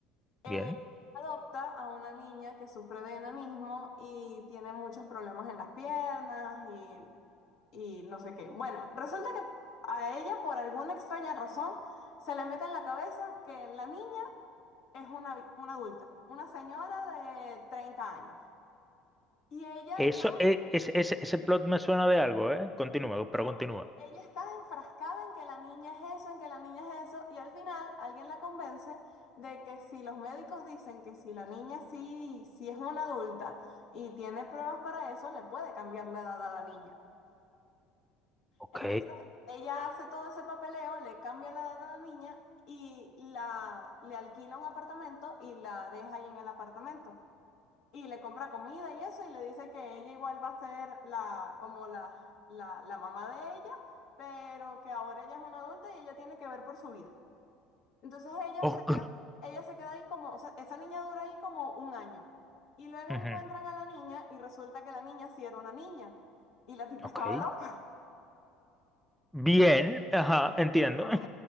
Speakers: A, on the left; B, in the centre.
A: Eh,
B: bien.
A: adopta a una niña que sufre de enanismo y tiene muchos problemas en las piernas y, y no sé qué. Bueno, resulta que a ella, por alguna extraña razón, se le mete en la cabeza que la niña es una, una adulta, una señora de 30 años. Y ella
B: Eso,
A: está,
B: e- ese, ese, ese plot me suena de algo, ¿eh? Continúa, pero
A: ok,
B: continúa.
A: ella está enfrascada en que la niña es eso, en que la niña es eso, y al final alguien la convence de que si los médicos dicen que si la niña sí, sí es una adulta y tiene pruebas para eso, le puede cambiar la edad a la niña.
B: Ok,
A: Entonces, ella hace todo ese papeleo, le cambia la edad a la niña y la, le alquila un apartamento y la deja ahí en el apartamento. y le compra comida y eso, y le dice que ella igual va a ser la, como la, la, la mamá de ella, pero que ahora ella es una adulta y ella tiene que ver por su vida. Entonces ella
B: ok.
A: se queda, ella se queda ahí como, o sea, esa niña dura ahí como un año. Y luego
B: Ujú,
A: encuentran a la niña y resulta que la niña sí era una niña. Y la tipa
B: ok.
A: estaba loca.
B: Bien, ajá, entiendo.
A: Ok.